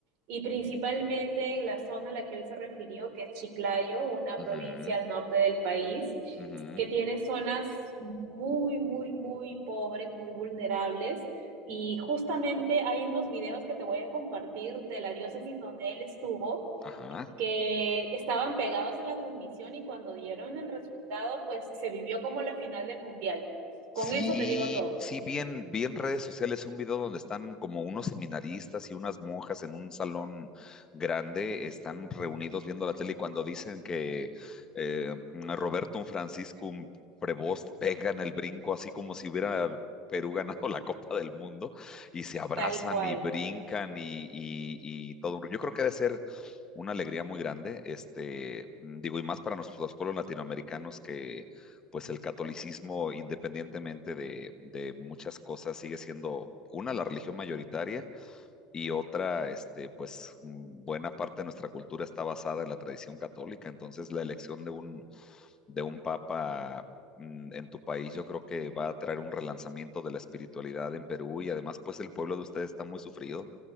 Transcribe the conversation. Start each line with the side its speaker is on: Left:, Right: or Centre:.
Right: y principalmente en la zona a la que él se refirió, que es Chiclayo, una
Left: Ujú,
Right: provincia al norte del país,
Left: ujú,
Right: que tiene zonas muy, muy, muy pobres, muy vulnerables. Y justamente hay unos videos que te voy a compartir de la diócesis donde él estuvo
Left: ajá.
Right: que estaban pegados en la transmisión y cuando dieron el resultado, pues se vivió como la final del mundial. Con
Left: Sí,
Right: eso te digo todo,
Left: sí, bien, bien redes sociales, un video donde están como unos seminaristas y unas monjas en un salón grande, están reunidos viendo la tele y cuando dicen que eh, Roberto, un Francisco, un Prevost pegan el brinco así como si hubiera Perú ganado <laughs> la Copa del Mundo y se abrazan
Right: tal cual.
Left: y brincan y, y, y todo. un- Yo creo que debe ser una alegría muy grande, este, digo, y más para nuestros pueblos latinoamericanos pues el catolicismo, independientemente de, de muchas cosas, sigue siendo una, la religión mayoritaria, y otra, este, pues mm, buena parte de nuestra cultura está basada en la tradición católica. Entonces, la elección de un, de un papa mm, en tu país, yo creo que va a traer un relanzamiento de la espiritualidad en Perú y además pues el pueblo de ustedes está muy sufrido